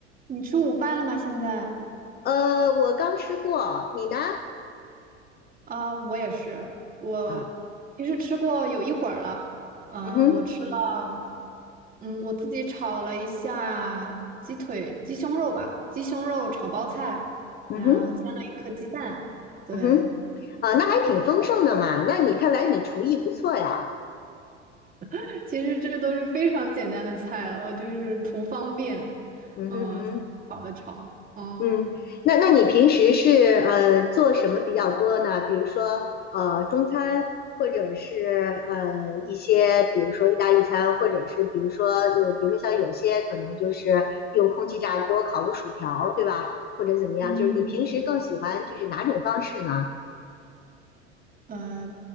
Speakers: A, on the right (about 25°); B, on the left (about 30°).
A: 你吃午饭了吗？现在
B: 呃，我刚吃过，你呢？
A: 啊，我也是，我
B: 啊，
A: 其实吃过有一会儿了。呃，
B: 嗯哼，
A: 我吃了，嗯，我自己炒了一下鸡腿、鸡胸肉吧，鸡胸肉炒包菜，
B: 嗯哼，
A: 然后煎了一颗鸡蛋。对，
B: 嗯哼，啊，那还挺丰盛的嘛。那你看来你厨艺不错呀。
A: <laughs> 其实这都是非常简单的菜了，我就是图方便，
B: 嗯哼，
A: 嗯、
B: 嗯哼，
A: 炒的炒，嗯
B: 嗯，那那你平时是呃做什么比较多呢？比如说呃中餐，或者是呃一些比如说意大利餐，或者是比如说呃比如像有些可能就是用空气炸锅烤个薯条儿对吧？或者怎么样？
A: 嗯。
B: 就是你平时更喜欢就是哪种方式呢？
A: 呃，